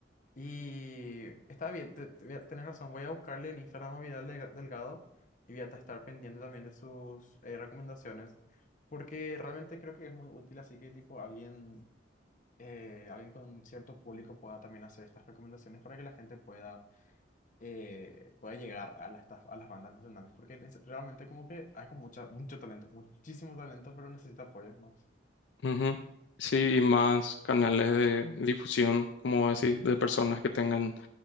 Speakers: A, on the left; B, on the left.
A: Y está bien, te- te voy a- tenés razón, voy a buscarle en Instagram a Vidal Delga- Delgado y voy a ta- estar pendiente también de sus eh, recomendaciones, porque realmente creo que es muy útil, así que tipo alguien, eh, alguien con cierto público pueda también hacer estas recomendaciones para que la gente pueda, eh, pueda llegar a las, tas- a las bandas nacionales, porque es- realmente como que hay con mucha, mucho talento, muchísimo talento, pero necesita apoyo nomás.
B: Ujú. Sí, y más canales de difusión, como decís, de personas que tengan